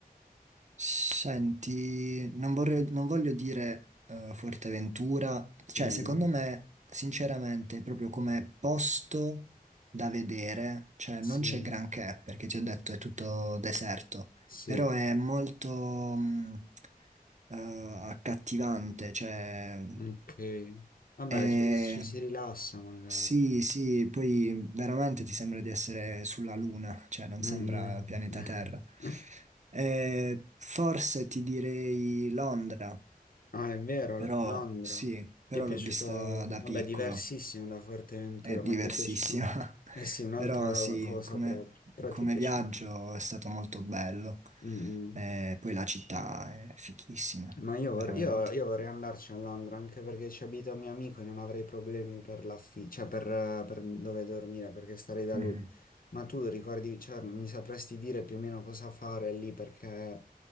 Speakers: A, on the right (about 50°); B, on the left (about 65°).
A: Senti, non vorrei- non voglio dire eh, Fuerteventura, cioè
B: Mm, mm.
A: secondo me, sinceramente, proprio come posto da vedere, cioè
B: Sì,
A: non c'è granché, perché ti ho detto è tutto deserto,
B: sì,
A: però è molto mh, eh, accattivante, cioè
B: ok. Vabbè,
A: è
B: ci, ci si rilassa magari.
A: sì, sì, poi veramente ti sembra di essere sulla Luna, cioè non
B: Mm,
A: sembra
B: mm.
A: pianeta Terra.
B: <laughs>
A: Eh, forse ti direi Londra,
B: Ah, è vero,
A: però
B: Londra.
A: sì, però
B: Ti è piaciuto?
A: l'ho vista da
B: Vabbè,
A: piccolo,
B: diversissimo da Forteventura,
A: è diversissima,
B: ma ti è piaciuto? Eh
A: <laughs>
B: sì, un'altra
A: però sì,
B: cosa
A: come,
B: proprio, però
A: come
B: ti è piaciuto.
A: viaggio è stato molto bello.
B: Mm, mm.
A: Eh, poi la città è fichissima,
B: Ma io,
A: veramente.
B: vor- io- io vorrei andarci a Londra anche perché ci abita un mio amico e non avrei problemi per l'affitto, cioè per, eh, per dove dormire perché starei da
A: Mhm.
B: lui. Ma tu ricordi, cioè, mi sapresti dire più o meno cosa fare lì perché...